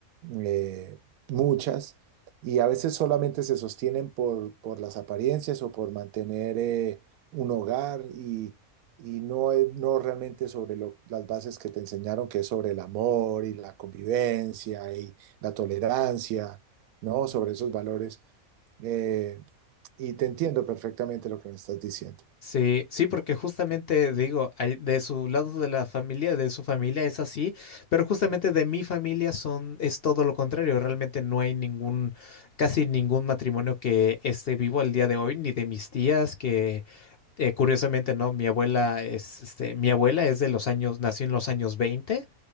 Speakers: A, on the right; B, on the left.
A: eh, muchas, y a veces solamente se sostienen por, por las apariencias o por mantener eh, un hogar y, y no, es- no realmente sobre lo- las bases que te enseñaron, que es sobre el amor y la convivencia y la tolerancia, ¿no? Sobre esos valores. Eh, y te entiendo perfectamente lo que me estás diciendo.
B: Sí, sí, porque justamente digo, hay- de su lado de la familia, de su familia es así, pero justamente de mi familia son, es todo lo contrario. Realmente no hay ningún, casi ningún matrimonio que esté vivo al día de hoy, ni de mis tías que eh, curiosamente, ¿no? Mi abuela es, este, mi abuela es de los años, nació en los años 20.